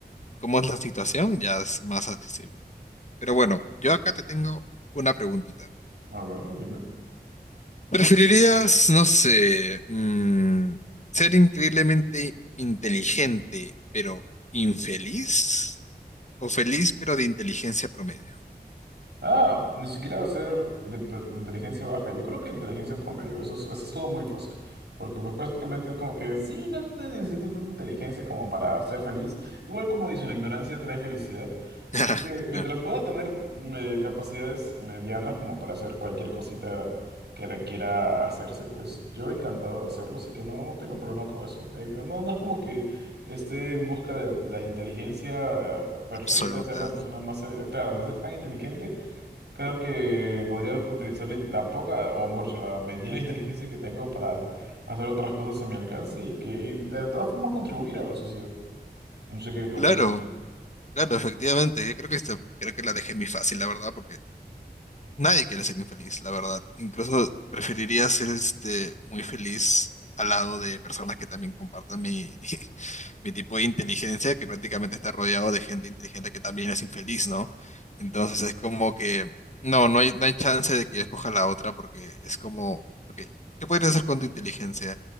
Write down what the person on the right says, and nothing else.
A ver, dime.
Ah, ni siquiera hacer de, pre- de inteligencia baja. Yo creo que inteligencia promedio. Eso, es- eso estuvo muy fácil. Porque pues prácticamente es como que sí, no te necesitas tanta inteligencia como para ser feliz. Igual como dicen, la ignorancia trae felicidad.
Así que mientras
pueda tener eh, capacidades medianas como para hacer cualquier cosita que requiera hacerse, pues yo encantado de hacerlo. Así que no tengo problema con eso. Eh, No, no es como que esté en busca de la inteligencia eh, perfecta,
de ser la persona más... cele- Claro, de ser tan inteligente Creo que podría utilizar la la poca, o mejor dicho, la mediana <laughs> inteligencia que tengo para hacer otras cosas a mi alcance y que y de todas formas contribuir a la sociedad. No sé qué opinas
tú.